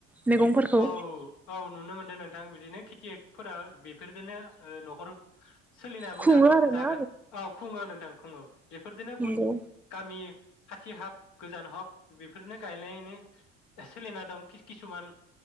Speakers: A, in the centre; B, on the left.
A: मैगंफोरखौ
B: औ औ औ नुनो मोन नोंथां बिदिनो खेथियफोरा बेफोरजोंनो नखर सोलिनाबो
A: खुङो
B: जाबो
A: आरोना
B: जाबाय औ खुङो नोंथां खुङो बेफोरदिनो
A: नंगौ
B: बहुद गामि खाथि हक गोजान हक बेफोरनो गायनायनि सोलिना दं किसुमान